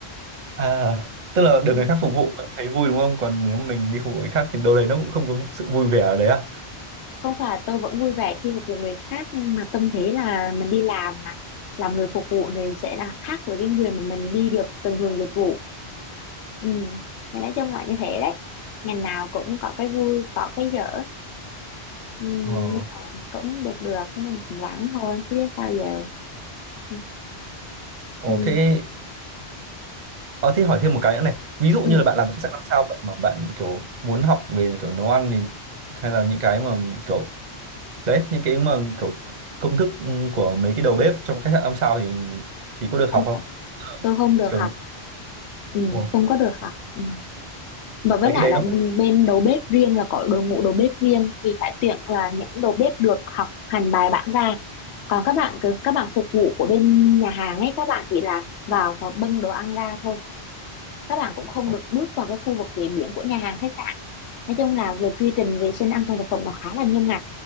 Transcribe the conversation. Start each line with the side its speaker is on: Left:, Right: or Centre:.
Right: À, tức là
Left: ừ.
Right: được người khác phục vụ vẫn thấy vui đúng không? Còn nếu mình đi phục vụ người khác thì đâu đấy nó cũng không có sự vui vẻ ở đấy à?
Left: không phải tôi vẫn vui vẻ khi phục vụ người khác nhưng mà tâm thế là mình đi làm mà làm người phục vụ thì sẽ là khác với cái người mà mình đi được từng hưởng dịch vụ ừ thì nói chung là như thế đấy ngành nào cũng có cái vui có cái dở ừ, nhưng
Right: Ờ,
Left: mà cũng được được nên mà cũng ráng thôi chứ biết sao giờ ừ,
Right: ồ
Left: ừ,
Right: thế, ờ, thế hỏi thêm một cái nữa này. Ví dụ
Left: ừ,
Right: như là bạn làm khách sạn năm sao vậy mà bạn kiểu muốn học về kiểu nấu ăn thì hay là những cái mà kiểu đấy những cái mà kiểu công thức ừ, của mấy cái đầu bếp trong khách sạn năm sao thì thì có được
Left: không
Right: học không?
Left: được
Right: Tức là
Left: tôi không được
Right: Kiểu
Left: học ừ,
Right: ồ,
Left: không có được học ừ. Và với
Right: mấy
Left: lại
Right: cái đấy
Left: là
Right: nó
Left: bên
Right: cũng
Left: bên đầu bếp riêng là có đội ngũ đầu bếp riêng thì phải tuyển là những đầu bếp được học hành bài bản ra. Còn các bạn cứ- các bạn phục vụ của bên nhà hàng ấy các bạn chỉ là vào và bưng đồ ăn ra thôi. Các bạn cũng không
Right: ồ,
Left: được bước vào cái khu vực chế biến của nhà hàng khách sạn. Nói chung là về quy trình vệ sinh an toàn thực phẩm nó khá là nghiêm ngặt.